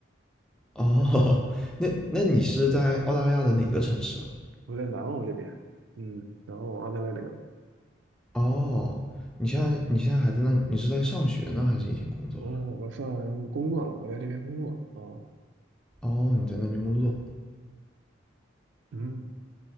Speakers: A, in the centre; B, on the right.
A: 哦，<laughs> 那那你是在澳大利亚的哪个城市啊
B: 我在南澳这边，嗯，然后阿德莱德，
A: 哦，你现在你现在还在那，你是在上学呢，还是已经工作了？
B: 哦，我算工作了，我在这边工作啊，
A: 哦，你在那边工作，
B: 嗯，